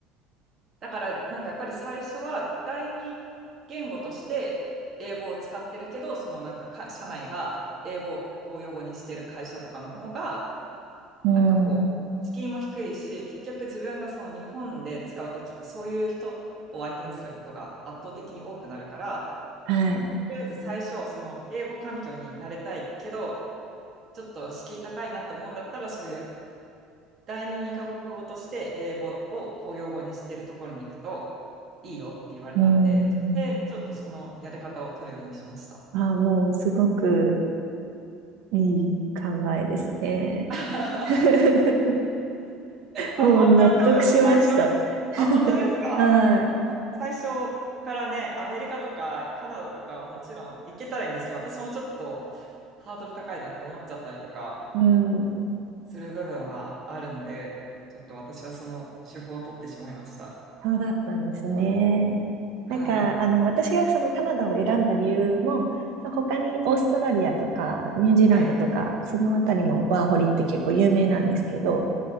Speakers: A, on the right; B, on the right.
A: だからなんかやっぱり最初は第二言語として英語を使ってるけど、そのなんかか社内が英語を公用語にしてる会社とかの方が、
B: うん、
A: なんかこう、敷居も低いし、結局自分がその日本で使うときって、そういう人を相手にすることが圧倒的に多くなるから、
B: はい。
A: とりあえず最初、その英語環境に慣れたいけど、ちょっと敷居高いなって思うんだったら、そういう第二、二カ国語として英語を公用語にしてるところに行くといいよって言われたんで、
B: うん。
A: で、ちょっとそのやり方を取るようにしました。
B: あ、もうすごくいい考えですね。
A: <laughs>
B: <laughs>
A: あ、
B: もう納得しました。
A: 本当は多分最初、
B: <laughs>
A: あ、本当ですか
B: はい。
A: 最初からね、アメリカとかカナダとかもちろん行けたらいいんですけど、私もちょっとハードル高いなって思っちゃったりとか
B: うん。
A: する部分はあるんで、ちょっと私はその手法を取ってしまいました。
B: そうだったんですね。
A: はい。
B: なんか、あの、私がそのカナダを選んだ理由も、その他にオーストラリアとかニュージーランドとか、
A: はい。
B: そのあたりもワーホリって結構有名なんですけど、